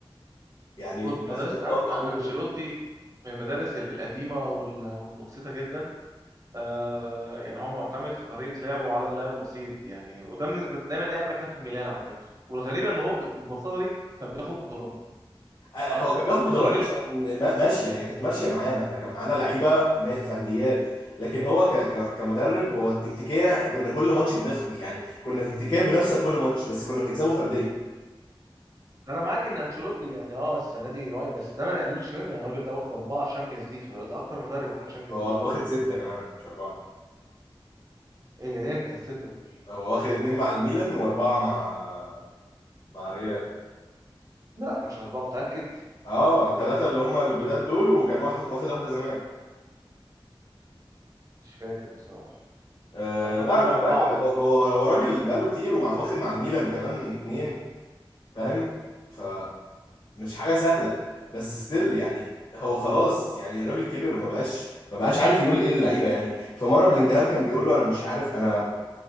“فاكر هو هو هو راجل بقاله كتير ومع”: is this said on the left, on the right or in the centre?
Left